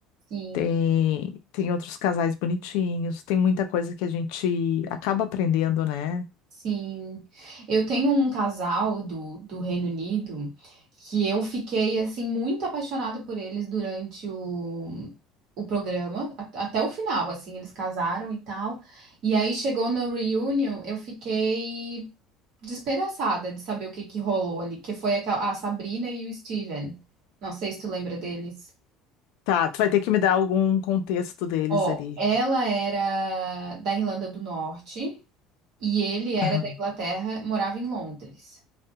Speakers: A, on the right; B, on the left.
A: sim.
B: Tem, tem outros casais bonitinhos, tem muita coisa que a gente acaba aprendendo, né?
A: Sim, eu tenho um casal do, do Reino Unido que eu fiquei assim muito apaixonada por eles durante o, o programa, a- até o final, assim, eles casaram e tal. E aí chegou na reunion, eu fiquei despedaçada de saber o que que rolou ali, que foi aquela- a Sabrina e o Steven. Não sei se tu lembra deles.
B: Tá, tu vai ter que me dar algum contexto deles
A: Ó,
B: ali.
A: ela era da Irlanda do Norte e ele era
B: Aham,
A: da Inglaterra, morava em Londres.